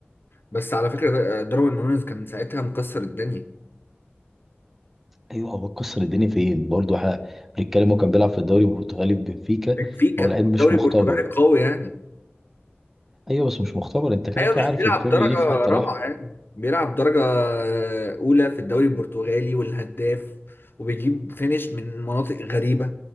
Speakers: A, on the left; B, in the centre.
A: بس على فكره ده- داروين نونيز كان ساعتها مكسر الدنيا
B: ايوه هو كسر الدنيا فين برضه احنا بنتكلم هو كان بيلعب في الدوري البرتغالي في بنفيكا
A: بنفيكا
B: هو لعيب
A: الدوري
B: مش مختبر
A: البرتغالي قوي يعني
B: ايوه بس مش مختبر انت كده
A: ايوه
B: كده
A: مش
B: عارف
A: بيلعب
B: البريمير
A: درجه
B: ليج في حته
A: رابعه
B: لوحده
A: يعني بيلعب درجه اولى في الدوري البرتغالي والهداف وبيجيب فينش من مناطق غريبه